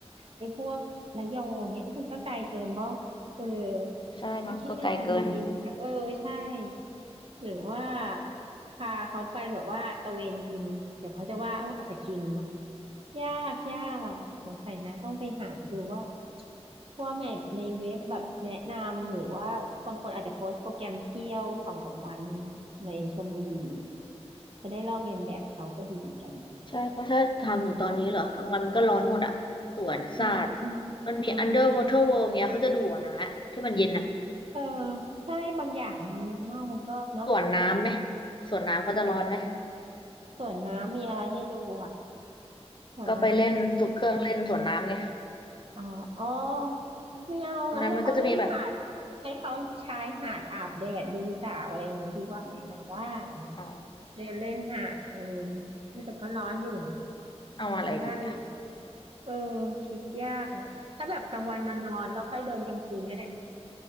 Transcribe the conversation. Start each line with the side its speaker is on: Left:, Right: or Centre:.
Right: ไอ้พวกระยองเนี้ยมันก็ไกลเกินบ่ เออ
Left: ใช่มันก็ไกลเกิน
Right: เอาแค่ในชลบุรีมันก็เออใช่ หรือว่าพาเขาไปแบบว่าตะเวนกิน เดี๋ยวเขาจะว่าเอออาจจะกินเนาะยากยากอ่ะสงสัยนะต้องไปหาดูว่าว่าแมพในเว็บแบบแนะนำหรือว่าบางคนอาจจะโพสต์โปรแกรมเที่ยวสองสามวันในชลบุรี จะได้ลอกเลียนแบบเขาก็ดีเหมือนกันนะ
Left: ใช่เพราะถ้าทำอยู่ตอนนี้เหรอกลางวันมันก็ร้อนหมดอ่ะสวนสัตว์
Right: ดีไหมอืมอืมอืมอืม
Left: มันมี Underwater World เงี้ยเขาจะดูอะนะที่มันเย็นอ่ะ
Right: เออ ใช่บางอย่างเมืองนอกมันก็เนาะ
Left: สวนน้ำไหมสวนน้ำเขาจะร้อนไหม
Right: สวนน้ำมีอะไรให้ดูอ่ะสวนน้ำมีอะไร
Left: ก็ไปเล่นสุดเครื่องเล่นสวนน้ำไง
Right: อ๋ออ๋อไม่เอางั้นให้เขาเล่นหาด
Left: ตรงนั้นมันก็จะมีแบบ
Right: ให้เขาชายหาดอาบแดดดูสาวอะไรอย่างงี้ดีกว่าไหมนะว่าอย่างเงี้ย
Left: อ๋อ
Right: เดินเล่นหาดเออดีไหมแต่ก็ร้อนอยู่นะ
Left: เอาอะไรดีอ่ะ
Right: ก็ได้อยู่เออคิดยากนะถ้าแบบกลางวันนอนๆแล้วค่อยเดินกลางคืนก็ได้นะ